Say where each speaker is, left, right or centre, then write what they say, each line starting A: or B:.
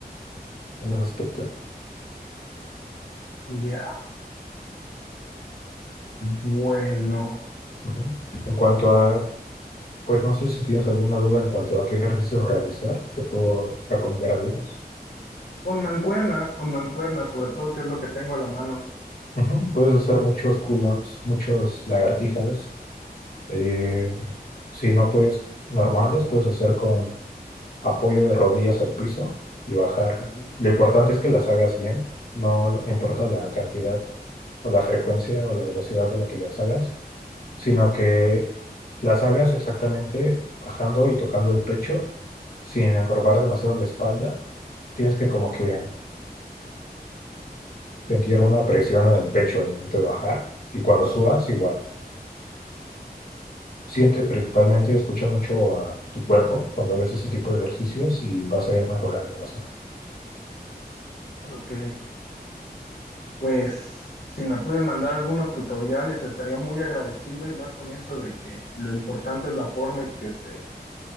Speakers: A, on the left (about 65°); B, on the left (about 80°).
A: en ese aspecto.
B: Ya, bueno.
A: Ujú. En cuanto a, pues no sé si tienes alguna duda en cuanto a qué ejercicios realizar, te puedo recomendar algunos.
B: Con mancuernas, con mancuernas, sobre todo, que es lo que tengo a la mano.
A: Ujú. Puedes hacer muchos pull-ups, muchos lagartijas. eh, si no puedes normales, puedes hacer con apoyo de rodillas al piso y bajar.
B: Ujú,
A: Lo importante es que las hagas bien, no importa la cantidad o la frecuencia o la velocidad a la que las hagas, sino que las hagas exactamente bajando y tocando el pecho sin encorvar demasiado la espalda. Tienes que como que sentir una presión en el pecho al momento de bajar y cuando subas igual. Siente principalmente, escucha mucho a tu cuerpo cuando haces ese tipo de ejercicios y vas a ir mejorando bastante.
B: Ok, pues si me puedes mandar algunos tutoriales, estaría muy agradecido y más con eso de que lo importante es la forma y que se